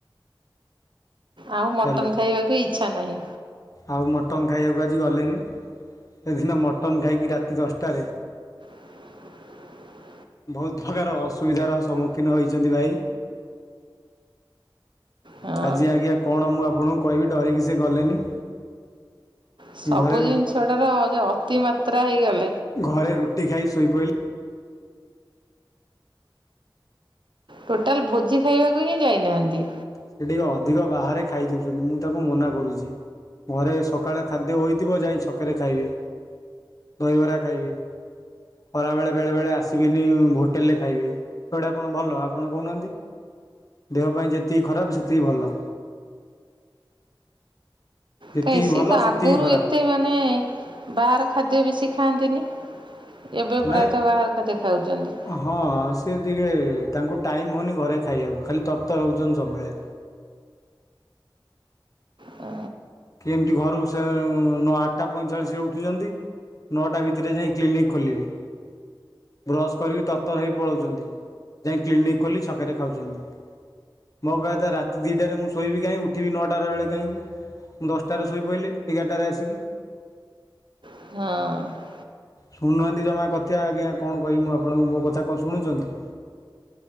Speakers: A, on the right (about 70°); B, on the left (about 40°).
A: ଆଉ ମଟନ୍
B: ହ୍ୟାଲୋ
A: ଖାଇବାକୁ ଇଚ୍ଛା ନାହିଁ।
B: ଆଉ ମଟନ୍ ଖାଇବାକୁ ଆଜି ଗଲେନି। ସେଦିନ ମଟନ୍ ଖାଇକି। ରାତି ଦଶଟାରେ
A: <inaudible>
B: ବହୁତ୍ ପ୍ରକାର ଅସୁବିଧାର ସମ୍ମୁଖୀନ ହୋଇଛନ୍ତି ଭାଇ।
A: ହଁ।
B: ଆଜି ଆଜ୍ଞା କଣ ମୁଁ ଆପଣଙ୍କୁ କହିବି ଡରିକି ସେ ଗଲେନି।
A: ସବୁ
B: ଘରେ
A: ଜିନିଷ ଟାର ଅ-ଅତି ମାତ୍ରା ହେଇଗଲା।
B: ଘରେ ରୁଟି ଖାଇ ଶୋଇପଇଲୁ।
A: ଟୋଟାଲ୍ ଭୋଜି ଖାଇବାକୁ ହିଁ ଯାଇନାହାନ୍ତି।
B: ସେ ଟିକେ ଅଧିକ ବାହାରେ ଖାଇ ଦୋଉଛନ୍ତି। ମୁଁ ତାଙ୍କୁ ମନା କରୁଛି। ଘରେ ସକାଳେ ଖାଦ୍ୟ ହୋଇଥିବ ଯାଇ ଛକରେ ଖାଇବେ। ଦହିବରା ଖାଇବେ। ଖରାବେଳେ ବେଳେ ବେଳେ ଆସିବେନି ହୋଟେଲରେ ଖାଇବେ। ତ ଏଟା କଣ ଭଲ ଆପଣ କହୁନାହାନ୍ତି? ଦେହ ପାଇଁ ଯେତିକି ଖରାପ୍ ସେତିକି ଭଲ। ଯେତିକି
A: କାଇଁ ସିଏ
B: ଭଲ
A: ତ
B: ସେତିକି
A: ଆଗରୁ
B: ଖରାପ
A: ଏତେ ମାନେ ବାହାର ଖାଦ୍ୟ ବେଶି ଖାଆନ୍ତିନି। ଏବେ
B: ନା
A: ପ୍ରାୟତଃ ବାହାର ଖାଦ୍ୟ ଖାଉଛନ୍ତି।
B: ହଁ। ସିଏ ଟିକେ ତାଙ୍କୁ ଟାଇମ୍ ହୋଉନି ଘରେ ଖାଇବାକୁ। ଖାଲି ତର୍ ତର୍ ହୋଉଛନ୍ତି ସବୁବେଳେ।
A: ହ।
B: କେମିତି ଘରୁ ସେ ନ ଆଟ୍ ଟା ପଇଁଚାଳିଶ୍ ରେ ଉଠୁଛନ୍ତି। ନଅଟା ଭିତରେ ଯାଇଁ କ୍ଲିନିକ୍ ଖୋଲିବେ। ବ୍ରସ୍ କରିକି ତର୍ ତର୍ ହେଇ ପଳୋଉଛନ୍ତି। ଯାଇ କ୍ଲିନିକ୍ ଖୋଲି ଛକରେ ଖାଉଛନ୍ତି। ମୋ କହିବା କଥା ରାତି ଦିଟାରେ ମୁଁ ଶୋଇବି କାଇଁ ଉଠିବି ନଅଟା ରେ ବେଳେ କାଇଁ। ମୁଁ ଦଶଟାରେ ଶୋଇପଡ଼ିଲି ଏଗାରଟାରେ ଆସିକି।
A: ହଁ।
B: ଶୁଣୁନାହାନ୍ତି ଜମା କଥ୍ୟ ଆଜ୍ଞା। କଣ କହିବି ମୁଁ ଆପଣଙ୍କୁ ମୋ କଥା କଣ ଶୁଣୁଛନ୍ତି।